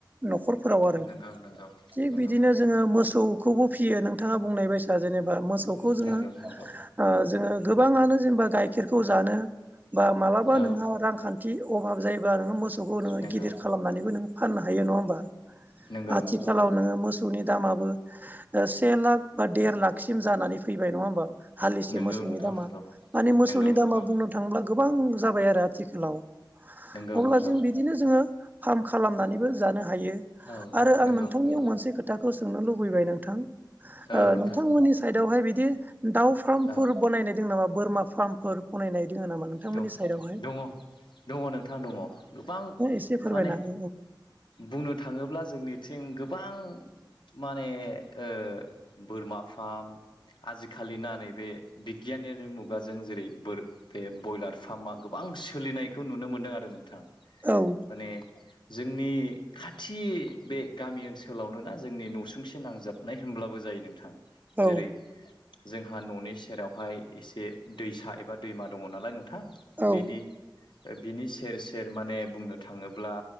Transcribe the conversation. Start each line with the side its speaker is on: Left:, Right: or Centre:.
Right: न'खरफोराव आरो।
Left: नंगौ नंगौ
Right: थिग
Left: नंगौ
Right: बिदिनो जोङो मोसौ खौबो फियो नोंथाङा बुंनाय बायसा जेनेबा मोसौखौ जोङो
Left: नंगौ नंगौ
Right: ओ जोङो गोबाङानो जेनेबा गाइखेरखौ जानो बा मालाबा
Left: औ
Right: नोंहा रांखान्थि अभाब जायोबा नोङो मोसौखौ नोङो
Left: नंगौ
Right: गिदिर खालामनानैबो नों फाननो हायो नङा होमबा?
Left: नंगौ
Right: आथिखालाव
Left: नंगौ
Right: नोङो मो सौनि दामाबो ओ से लाख बा देर लाखसिम जानानै फैबाय नङा होमबा। हालिसे
Left: नंगौ
Right: मोसौनि
Left: नोंथां
Right: दामा
Left: नंगौ
Right: माने मोसौनि
Left: नंगौ
Right: दामा
Left: नंगौ
Right: बुंनो थांब्ला गो बां जाबाय आरो आथिखालाव
Left: नंगौ
Right: अब्ला
Left: नंगौ
Right: जों बिदिनो जोङो फार्म खालामनानैबो जानो हायो
Left: औ
Right: आरो
Left: नंगौ
Right: आं नोंथांनियाव
Left: नंगौ
Right: मोनसे खोथाखौ सोंनो लुबै बाय नोंथां
Left: औ नोंथां
Right: नोंथांमोननि साइदावहाय बिदि दाउ फार्मफोर
Left: औ
Right: बानायनाय दों नामा? बोरमा फार्मफोर बानायनाय दोङो नामा नोंथांमोननि
Left: दं
Right: साइदावहाय?
Left: दङ दङ नोंथां दङ। गोबां
Right: एसे फोरमायना
Left: माने
Right: हो
Left: बुंनो थाङोब्ला जोंनिथिं गो बां माने ओ बोरमा फार्म आजिखालिना नैबे बिगियानारि मुगाजों जेरै बोर बे बयलार फार्मा गोबां सोलिनायखौ नुनो मोनदों आरो नोंथां।
Right: औ
Left: माने जोंनि खाथि बे गामि ओनसोलावनो ना जोंनि न'सुंसे नांजाब नाय होनोमब्लाबो जायो नोंथां। जेरै
Right: औ
Left: जोंहा न'नि सेराव हाय एसे दैसा एबा दैमा दङ नालाय नोंथां
Right: औ
Left: बेनि ओ बिनि सेर सेर माने बुंनो थाङोब्ला